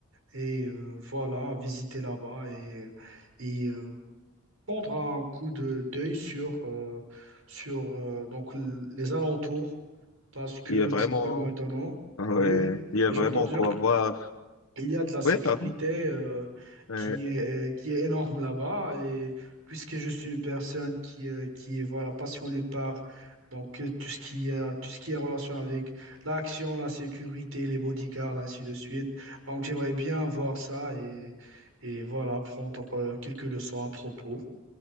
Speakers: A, on the right (about 75°); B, on the left (about 80°).
A: Et euh, voilà, visiter là-bas et, et euh, prendre un coup de d'œil sur, euh, sur euh, donc, l- les alentours parce que
B: Il y a vraiment,
A: c'est vraiment étonnant.
B: ouais,
A: Oui, oui.
B: il y a
A: Et
B: vraiment
A: J'entends dire
B: quoi voir.
A: qu'il y a de la sécurité
B: Ouais, pardon.
A: euh,
B: Ouais.
A: qui est, qui est énorme là-bas et puisque je suis une personne qui, euh, qui est voilà, passionnée par donc, euh, tout ce qui a, tout ce qui est relation avec l'action, la sécurité, les bodyguards, ainsi de suite. Donc j'aimerais bien voir ça et, et voilà, prendre euh, quelques leçons à propos.